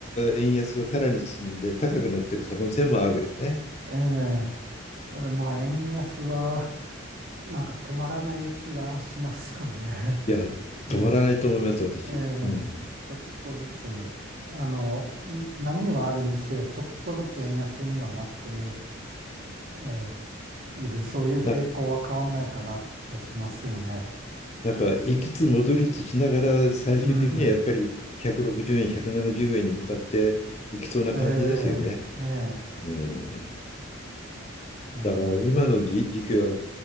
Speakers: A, on the left; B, on the right.
A: 円安がさらに進んで高くなってる可能性もあるよね。
B: ええこれまあ円安は、なんか止まらない気がしますよね。
A: いや、
B: <laughs> ね
A: 止まらないと思います、私。
B: ええ
A: うん。
B: え、ちょっとずつ、あの、ん波はあるにせよ、ちょっとずつ円安にはなって、ええいる、そういう傾向は変わんないかなって気がしますよね。
A: なんか、なんか行きつ戻りつしながら、最終的にはやっぱり160円、
B: うん。
A: 170円に向かっていきそうな感じですよね。
B: ええ、ね
A: うん。
B: え、ねえ。
A: だから今の時期は